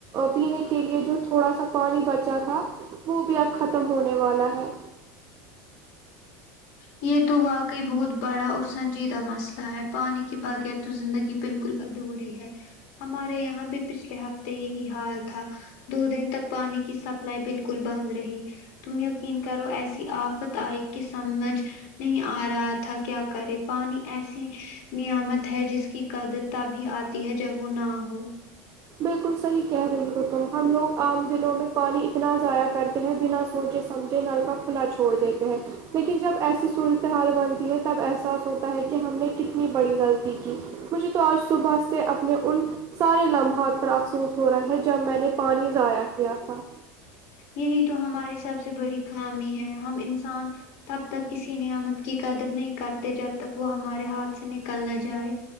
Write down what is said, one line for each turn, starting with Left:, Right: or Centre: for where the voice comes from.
Right: پینے کے لیے جو تھوڑا سا پانی بچا تھا وہ بھی اب ختم ہونے والا ہے
Left: یہ تو واقعی بہت بڑا اور سنجیدہ مسئلہ ہے پانی کے بغیر تو زندگی بالکل ادھوری ہے ہمارے یہاں بھی پچھلے ہفتے یہی حال تھا دو دن تک پانی کی سپلائی بالکل بند رہی تم یقین کرو ایسی آفت آئی کہ سمجھ نہیں آ رہا تھا کیا کرے پانی ایسی نعمت ہے جس کی قدرتا بھی آتی ہے جب وہ نہ ہو
Right: بالکل صحی کہہ رہی ہو تم ہم لوگ عام دنوں میں پانی انا اتنا ضائع کرتے ہیں بنا سوچے سمجھے نل کا کھلا چھوڑ دیتے ہیں لیکن جب ایسی صورتحال بنتی ہے تب احساس ہوتا ہے کہ ہم نے کتنی بڑی غلطی کی کچھ تو اور صبح سے اپنے ان سارے لمحات افسوس ہو رہا ہے جب میں نے پانی ضائع کیا تھا
Left: یہی تو ہماری سب سے بڑی خامی ہے ہم انسان تب تک کسی نعمت کی قدر نہیں کرتے جب تک وہ ہمارے ہاتھ سے نکل نہ جائے